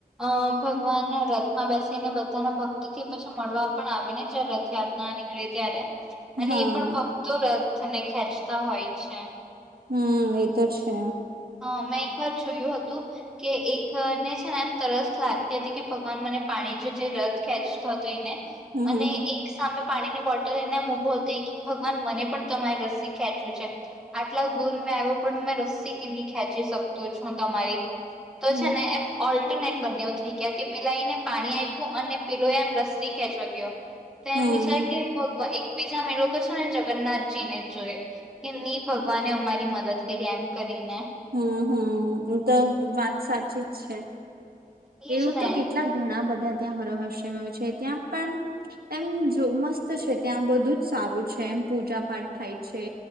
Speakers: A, in the centre; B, on the right.
A: અ ભગવાન રથમાં બેસીને બધાના ભક્ત થી પછી મળવા પણ આવે ને જે રથયાત્ર ના નીકળે ત્યારે અને
B: હા
A: એ પણ ભક્તો રથને ખેંચતા હોય છે.
B: હમ. તો છે
A: હા મે એક વાર જોયું હતું કે એકને છે ને એમ તરસ લાગતી હતી કે ભગવાન મને પાણી જે જે રથ ખેચતો હતો એને
B: હમ હમ
A: એક સામે પાણી ની બોટલ એને ઉભો થઈ કે ભગવાન મને પણ તમારી રસી ખેંચ્યું છે આટલા દૂર મેં આવ્યો પણ મેં રસી કેમની ખેંચી શકતો છું તમારી તો
B: હમ
A: છે ને એમ ઓ ટનેટ બને એવું થઈ ગયા કે પિલાઈને પાણી આપ્યું અને પિલો એમ રસ્સી ખેંચવા ગયો તો
B: હમ.
A: એમ વિચાર કે ભગવાન બીજામા એ લોકો છે ને જગન્નાથજી ને જોય કે ની ભગવાને અમારી મદદ કરી એમ કરીને
B: હમ હમ એ તો વાત સાચી જ છે.
A: એજ
B: એવું
A: ને
B: તો કેટલા ઘણા બ ધા ત્યાં હરો હસ્યમ છે ત્યાં પણ એમ જો મસ્ત છે ત્યાં બધું જ સારું છે. એમ પૂજા પાઠ થાય છે